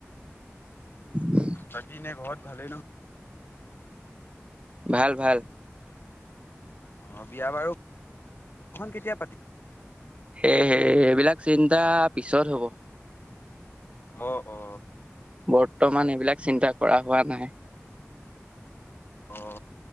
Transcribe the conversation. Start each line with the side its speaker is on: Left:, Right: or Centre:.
Right: <unintelligible>
Left: বাকী এনে ঘৰত ভালেই নহ
Right: ভাল ভাল
Left: অ বিয়া বাৰুখন কেতিয়া পাতিম?
Right: সেয়হে এইবিলাক চিন্তা পিছত হব।
Left: অ অ
Right: বৰ্তমান এইবিলাক চিন্তা কৰা হোৱা নাই।
Left: অ